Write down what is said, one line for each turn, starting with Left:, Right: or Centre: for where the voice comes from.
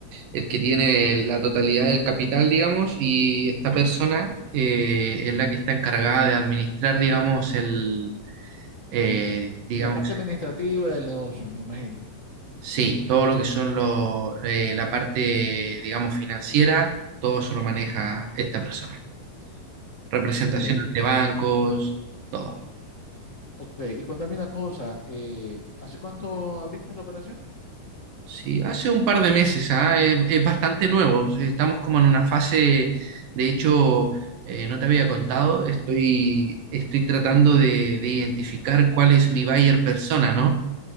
Right: el que tiene la totalidad del capital, digamos, y esta persona eh, es
Left: Ujú.
Right: la que está encargada de administrar, digamos, el eh, digamos,
Left: La parte administrativa del negocio, me imagino.
Right: sí, todo lo que son lo- eh, la parte, digamos, financiera, todo eso lo maneja esta persona. Representaciones
Left: Ok.
Right: de bancos, todo.
Left: Ok, y contame una cosa, eh, ¿hace cuánto abriste la operación?
Right: Sí, hace un par de meses, ah, Es, es bastante nuevo. Estamos como en una fase, de hecho, eh, no te había contado, estoy, estoy tratando de, de identificar cuál es mi buyer persona, ¿no?